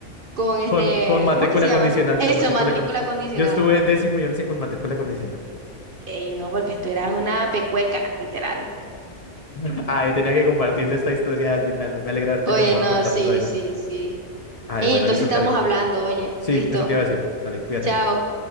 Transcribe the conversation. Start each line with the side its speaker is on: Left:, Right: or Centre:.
Right: con este,
Left: Con, con matrícula
Right: ¿cómo que se llama?
Left: condicional,
Right: <laughs> Eso,
Left: con matrícula
Right: matrícula
Left: condicional.
Right: condicional.
Left: Yo estuve décimo y once con matrícula condicional.
Right: Ey, no, porque tú eras una pecueca, literal.
Left: <laughs> Ay, tenía que compartirle esta historia a alguien. Me, ale- me alegra haberte
Right: Oye,
Left: llamado
Right: no,
Left: a contarte
Right: sí,
Left: esa vaina.
Right: sí, sí.
Left: Ay,
Right: Ey,
Left: bueno,
Right: entonces
Left: listo,
Right: estamos
Left: Kare.
Right: hablando, oye,
Left: Sí,
Right: listo.
Left: eso te iba a decir. Dale, cuídate.
Right: Chao.